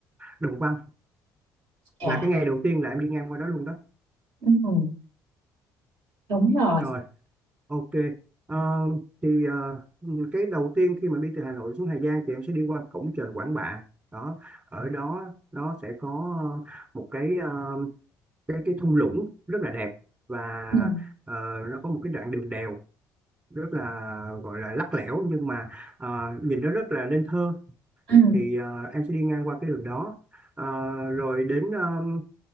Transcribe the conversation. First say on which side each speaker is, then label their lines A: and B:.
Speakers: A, on the right (about 30°); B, on the right (about 70°).
A: Đồng Văn
B: Dạ.
A: là cái ngày đầu tiên là em đi ngang qua đó luôn đó
B: Ừ, đúng rồi.
A: rồi ok Ờ, thì ờ, cái đầu tiên khi mà đi từ Hà Nội xuống Hà Giang thì em sẽ đi qua cổng chợ Quản Bạ đó ở đó nó sẽ có ờ, một cái ờ, cái cái thung lũng rất là đẹp và
B: Ừ.
A: ờ, nó có một cái đoạn đường đèo rất là gọi là lắc lẻo nhưng mà ờ, nhìn nó rất là nên thơ
B: Ừ.
A: thì ờ, em sẽ đi ngang qua cái đường đó Ờ, rồi đến ờ,